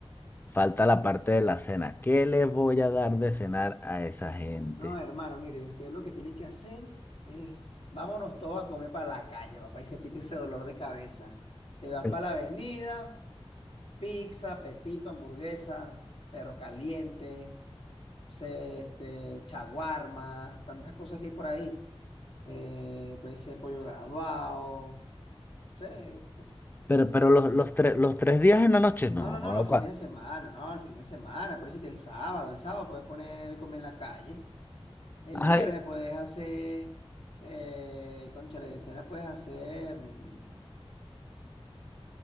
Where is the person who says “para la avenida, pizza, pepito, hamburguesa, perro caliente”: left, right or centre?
Left